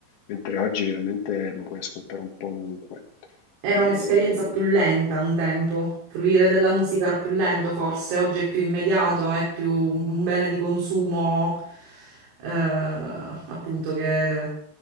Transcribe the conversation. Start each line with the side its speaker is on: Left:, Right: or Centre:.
Left: mentre oggi veramente lo puoi ascoltare un po' ovunque.
Right: Era
Left: E,
Right: un'esperienza più lenta un tempo, fruire della musica era più lento forse, oggi è più immediato, è più un bene di consumo eh, appunto che